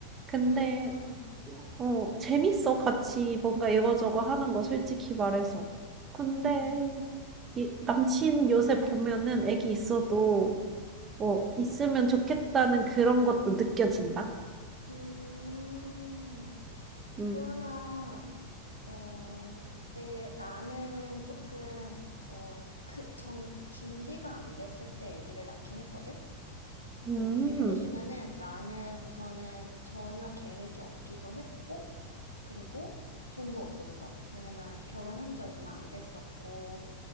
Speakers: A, on the right (about 25°); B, on the left (about 85°).
A: 근데,
B: 음,
A: 어, 재밌어. 같이 뭔가 이거저거 하는 거, 솔직히 말해서. 근데,
B: 음,
A: 이, 남친 요새 보면은 아기 있어도, 어, 있으면 좋겠다는 그런 것도 느껴진다.
B: 음.
A: 음,
B: 그러면, 어, 내, 나는 조금, 어, 그, 정, 준비가 안 됐을 때 얘기를 낳긴 했거든?
A: 음,
B: 얘기를 해주면은 나는 우선은 전혀 계획이 없기도 했고, 그리고 돈도 없었어. 왜냐면 결혼한 지 얼마 안 됐었고,